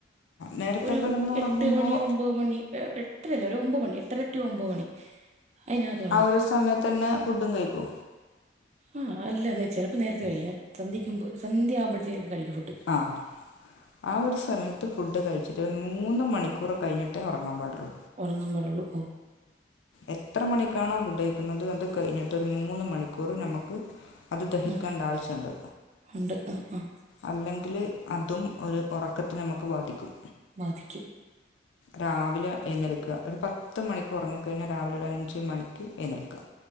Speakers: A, on the left; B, on the right.
A: നേരത്തെ
B: ഒരു
A: കിടന്നുറങ്ങുമ്പോൾ
B: എട്ട് മണി ഒമ്പത് മണി എട്ടരല്ല ഒരു ഒമ്പ മണി എട്ടരറ്റു ഒമ്പ മണി അതിനകത്ത് ഉറങ്ങും
A: ആഹ് ഒരു സമയത്ത് തന്നെ ഫുഡും കഴിക്കൂ
B: ആഹ് അല്ല ചെലപ്പോൾ നേരത്തെ കഴി സന്ധ്യ ക്ക് മുമ്പ് സന്ധ്യ ആവുമ്പഴത്തേക്ക് കഴിക്കും ഫുഡ്
A: ആഹ് ആ ഹ് ഒരു സമയത്ത് ഫുഡ് കഴിച്ചിട്ട് ഒരു മൂന്ന് മണിക്കൂർ കഴിഞ്ഞിട്ടേ ഒറങ്ങാൻ പാടുള്ളോ
B: ഒറങ്ങാംമ്പടള്ളോ
A: എത്ര മണിക്കാണോ ഫുഡ്ഴിക്കുന്നത് അത് കഴിഞ്ഞിട്ട് ഒരു മൂന്ന് മണിക്കൂറ് നമുക്ക് അത് ദഹിക്കേണ്ട
B: ആഹ്
A: ആവശ്യണ്ട്
B: ഉണ്ട് ആ ഹ് ആഹ്
A: അല്ലെങ്കിൽ അതും ഒരു ഉറക്കത്തിനെ നമുക്ക് ബാധിക്കും
B: ബാധിക്കും
A: രാവിലെ ഏഴുന്നെൽക്ക ഒരു പത്ത് പത്ത് മണിക്ക് ഉറങ്ങിക്കഴിഞ്ഞാൽ രാവിലെ ഒരു അഞ്ച് മണിക്ക് എഴുന്നേൽക്ക